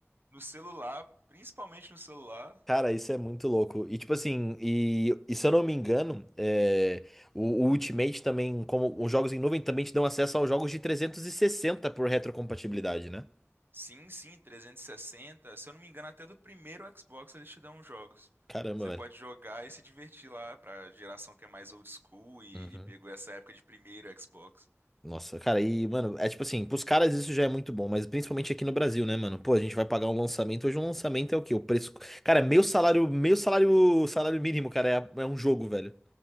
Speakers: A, on the right (about 45°); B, in the centre.
A: no celular, principalmente no celular.
B: Cara, isso é muito louco. E tipo assim, e, e se eu não me engano, é, o, o Ultimate também, como os jogos em nuvem, também te dão acesso aos jogos de 360 por retrocompatibilidade, né?
A: Sim, sim, trezentos e sessenta Se eu não me engano, até do primeiro Xbox eles te dão os jogos.
B: Caramba,
A: Você
B: velho.
A: pode jogar e se divertir lá pra geração que é mais old school e,
B: Uhum.
A: e pegou essa época de primeiro Xbox.
B: Nossa, cara, e, mano, é tipo assim, pros caras isso já é muito bom, mas principalmente aqui no Brasil, né, mano? Pô, a gente vai pagar um lançamento, hoje um lançamento é o quê? O preço. Cara, meu salário, meu salário, salário mínimo, cara, é, é um jogo, velho.